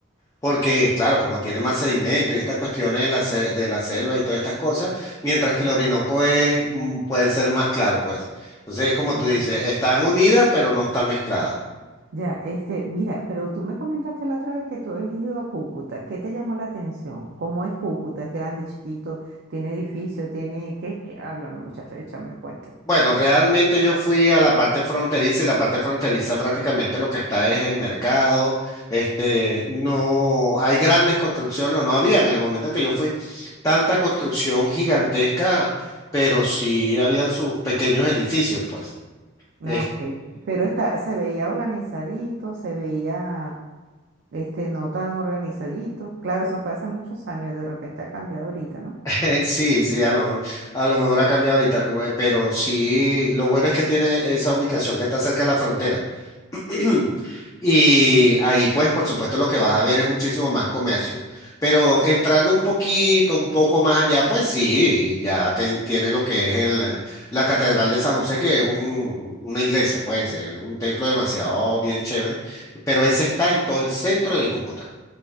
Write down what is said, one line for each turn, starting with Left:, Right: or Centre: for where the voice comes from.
Left: porque, claro, como tiene más sedimento y estas cuestiones de la, se- de la selva y todas estas cosas, mientras que el Orinoco es, mm, puede ser más claro, pues. Entonces, como
Right: claro.
Left: tú dices, están unidas, pero no están mezcladas.
Right: Ya, este, mira, pero tú me comentaste la otra vez que tú habías ido a Cúcuta. ¿Qué te llamó la atención? ¿Cómo es Cúcuta? ¿Es grande, chiquito? ¿Tiene edificio? ¿Tiene qué? qué? Háblame, muchacho, échame el cuento.
Left: Bueno, realmente yo fui a la parte fronteriza y la parte fronteriza prácticamente lo que está es el mercado. Este, no hay grandes construcciones o no había en el momento en que yo fui tanta construcción gigantesca, pero sí habían sus pequeños edificios, pues.
Right: Ah,
Left: Este,
Right: ok. Pero está, se veía organizadito, se veía, este, no tan organizadito. Claro, eso fue hace muchos años y de repente ha cambiado ahorita, ¿no?
Left: <laughs> Sí, sí, a lo mejor, a lo mejor ha cambiado ahorita, lo- eh, pero sí, lo bueno es que tiene esa ubicación que está cerca de la frontera. <clears throat> Y ahí, pues, por supuesto, lo que vas a ver es muchísimo más comercio. Pero entrando un poquito, un poco más allá, pues sí, ya ten- tiene lo que es el, la Catedral de San José, que es un, una iglesia, pues, eh, un templo demasiado bien chévere, pero ese está en todo el centro de Cúcuta.